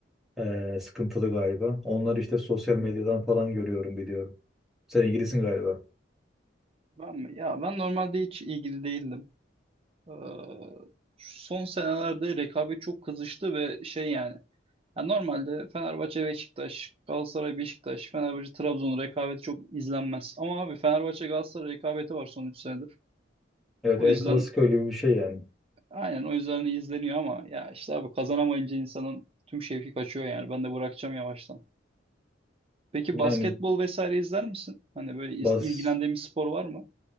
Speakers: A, in the centre; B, on the right (about 30°).
A: eee, sıkıntılı galiba. Onları işte sosyal medyadan falan görüyorum biliyorum. Sen ilgilisin galiba.
B: Ben mi? Ya ben normalde hiç ilgili değildim. Ee, son senelerde rekabet çok kızıştı ve şey yani. Ya normalde Fenerbahçe Beşiktaş, Galatasaray Beşiktaş, Fenerbahçe Trabzon rekabeti çok izlenmez. Ama abi Fenerbahçe Galatasaray rekabeti var son 3 senedir.
A: Evet
B: O
A: El
B: yüzden
A: Clasico gibi bir şey yani.
B: aynen o yüzden izleniyor ama ya işte abi kazanamayınca insanın tüm şevki kaçıyor yani. Ben de bırakacağım yavaştan. Peki
A: Yani
B: basketbol vesaire izler misin? Hani böyle is-
A: bas
B: ilgilendiğin bir spor var mı?